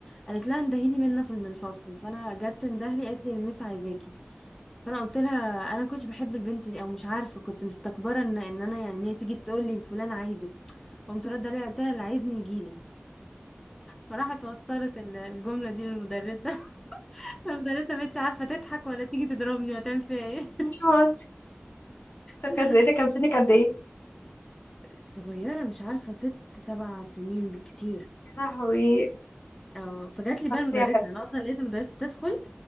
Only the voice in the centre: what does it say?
قالت لها اندهيلي منا في الفصل فانا جت اندهلي قالت لي المس عايزاكي فانا قلت لها انا كنتش بحب البنت دي او مش عارفه كنت مستكبره ان ان انا يعني إن هي تيجي تقول لي فلان عايزك قمت رد عليها قلت لها اللي عايزني يجي لي فراحت وصلت ال- الجمله دي للمدرسه <laughs> المدرسه مبقتش عارفه تضحك ولا تيجي تضربني ولا تعمل فيها ايه
<laughs>
صغيره مش عارفه ست سبع سنين بالكتير
اه فجات لي
بقى المدرسة
انا اصلا لقيت المدرسة بتدخل